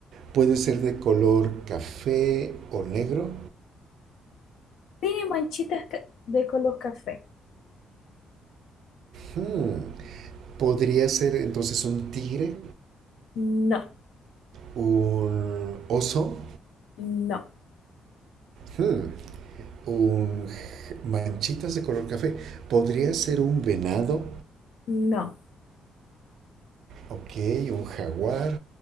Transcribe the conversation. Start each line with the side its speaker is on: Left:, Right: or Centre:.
Right: puede ser de color café o negro?
Left: ¿Tiene manchitas ca- de color café?
Right: Hmm, ¿Podría ser entonces un tigre?
Left: No,
Right: ¿Un oso?
Left: no,
Right: Hmm, Un manchitas de color café. Podría ser un venado,
Left: no.
Right: ok, un jaguar.